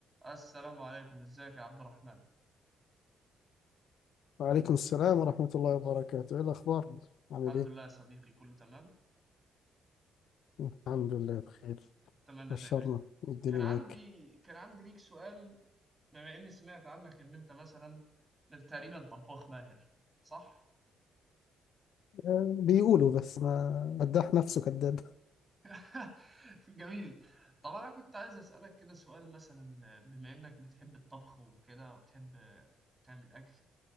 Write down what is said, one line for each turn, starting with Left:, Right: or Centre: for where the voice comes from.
Right: السلام عليكم ازيك يا عبد الرحمن
Left: وعليكم السلام ورحمة الله وبركاته إيه الأخبار؟ عامل
Right: الحمد
Left: إيه؟
Right: لله يا صديقي كله تمام
Left: الحمد لله بخير
Right: اتمنى
Left: بشرنا
Right: دايما
Left: إيه الدنيا
Right: كان عندي
Left: معاك
Right: كان عندي ليك سؤال بما اني سمعت عنك ان انت مثلا تقريبا طباخ ماهر صح
Left: آه، بيقولوا بس ما مداح نفسه كذاب
Right: <laughs> جميل طبعا انا كنت عايز اسالك كده سؤال مثلا بما انك بتحب الطبخ وكده وبتحب تعمل اكل